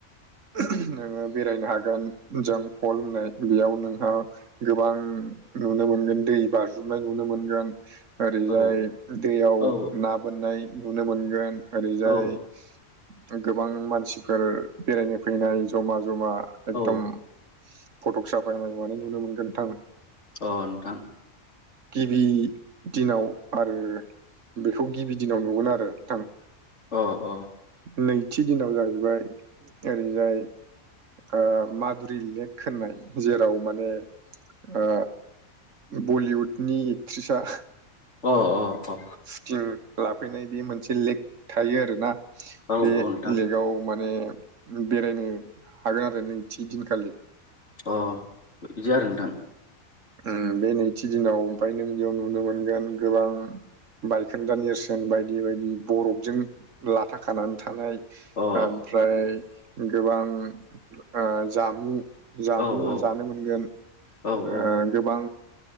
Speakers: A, on the right; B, on the left.
A: <unintelligible> नोङो बेरायनो हागोन जों फल होननाय बेयाव नोंहा गोबां नुनो मोनगोन दै बारज्रुमनाय नुनो मोनगोन। ओरैजाय
B: औ
A: दैयाव
B: औ
A: ना बोननाय नुनो मोनगोन ओरैजाय
B: औ
A: गोबां मानसिफोर बेरायनो फैनाय जमा जमा एकदम।
B: औ
A: फट'क साफायनाय मानाय नुनो मोनगोन नोंथां।
B: अ नोंथां।
A: गिबि दिनाव आरो बेखौ गिबि दिनाव नुगोन आरो नोंथां।
B: अ अ।
A: नैथि दिनाव जाहैबाय ओरैजाय ओ मादुरि लेक होननाय जेराव माने ओ बलिउडनि एक्ट्रिसा <unintelligible>
B: अ अ अ।
A: सुटिं लाफैनाय बे मोनसे लेक थायो आरोना।
B: औ
A: बे
B: औ नोंथां
A: लेकाव माने बेरायनो हागोन आरो नैथि दिनखालि।
B: अ बिदि आरो नोंथां।
A: उम बे नैथि दिनाव ओमफाय नों बेयाव नुनो मोनगोन गोबां बायखोन्दा नेरसोन बायदि बायदि बरफजों लाथा खानानै थानाय
B: अ
A: ओमफ्राय गोबां ओ जामु। जामु
B: अ औ
A: जानो मोनगोन।
B: औ
A: ओ
B: औ।
A: गोबां